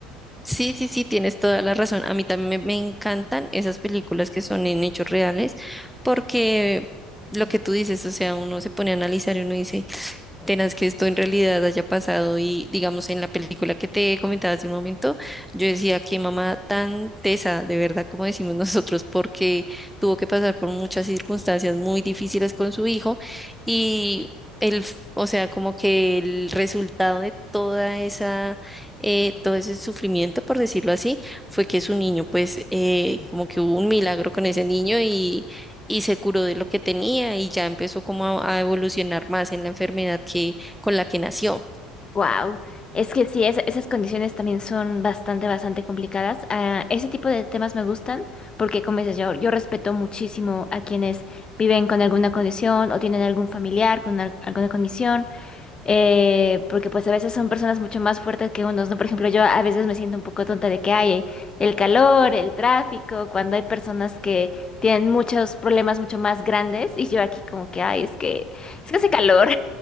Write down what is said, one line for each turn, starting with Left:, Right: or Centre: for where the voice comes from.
Centre: Sí, sí, sí, tienes toda la razón. A mí también me, encantan esas películas que son en hechos reales porque lo que tú dices, o sea, uno se pone a analizar y uno dice, tenaz que esto en realidad haya pasado y digamos en la película que te comentaba hace un momento, yo decía que mamá tan tesa, de verdad, como decimos <laughs> nosotros, porque tuvo que pasar por muchas circunstancias muy difíciles con su hijo y el, f- o sea, como que el resultado de toda esa, eh, todo ese sufrimiento, por decirlo así, fue que su niño, pues, eh, como que hubo un milagro con ese niño y y se curó de lo que tenía y ya empezó como a, a evolucionar más en la enfermedad que con la que nació.
Left: Wow, es que sí, es- esas condiciones también son bastante, bastante complicadas. Ah, ese tipo de temas me gustan porque, como dices, yo, yo respeto muchísimo a quienes viven con alguna condición o tienen algún familiar con al- alguna condición. eh, porque pues a veces son personas mucho más fuertes que unos, ¿no? Por ejemplo, yo a veces me siento un poco tonta de que hay eh, el calor, el tráfico, cuando hay personas que tienen muchos problemas mucho más grandes y yo aquí como que, ay, es que, es que hace calor.